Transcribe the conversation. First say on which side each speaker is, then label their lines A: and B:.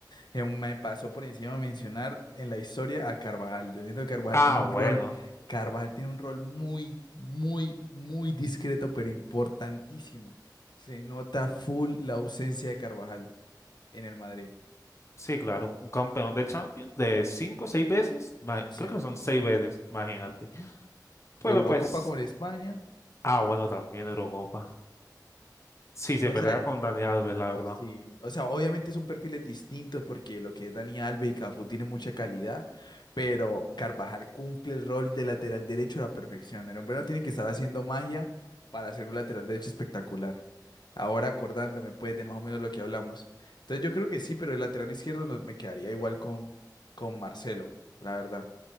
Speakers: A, on the left; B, on the left.
A: Eh, Me pasó por encima mencionar en la historia a Carvajal. Yo siento que Carvajal
B: Ah,
A: tiene un
B: bueno.
A: rol, Carvajal tiene un rol muy, muy, muy discreto, pero importantísimo. Se nota full la ausencia de Carvajal en el Madrid.
B: Sí, claro, un campeón de Champions de cinco o seis veces, ma-
A: Sí.
B: creo que son seis veces, imagínate.
A: Ujú.
B: Pero
A: Eurocopa
B: pues,
A: con España.
B: ah, bueno, también Eurocopa. Sí, se
A: O
B: pelea
A: sea,
B: con Dani Alves, la verdad.
A: Sí, o sea, obviamente son perfiles distintos porque lo que es Dani Alves y Cafú tiene mucha calidad, pero Carvajal cumple el rol de lateral derecho a la perfección. El hombre no tiene que estar haciendo magia para hacer un lateral derecho espectacular. Ahora acordándome pues de más o menos lo que hablamos. Entonces yo creo que sí, pero el lateral izquierdo no- me quedaría igual con, con Marcelo, la verdad.